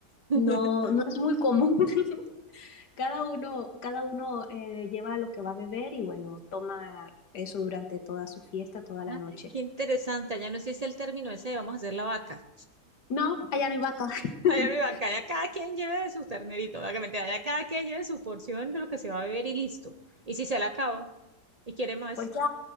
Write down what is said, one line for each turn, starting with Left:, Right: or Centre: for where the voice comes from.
Right: <laughs>
Left: no, no es muy común. <laughs> Cada uno, cada uno eh, lleva lo que va a beber y bueno, toma eso durante toda su fiesta, toda
Right: Ay,
Left: la noche.
Right: qué interesante, ya no sé si el término ese de vamos a hacer la vaca.
Left: No, allá no hay vaca. <laughs>
Right: Allá arriba, que haya cada quien lleve de su ternerito, ¿verdad? Que mentira, allá cada quien lleve su porción de lo que se va a beber y listo. Y si se la acaba y quiere más,
Left: pues ya,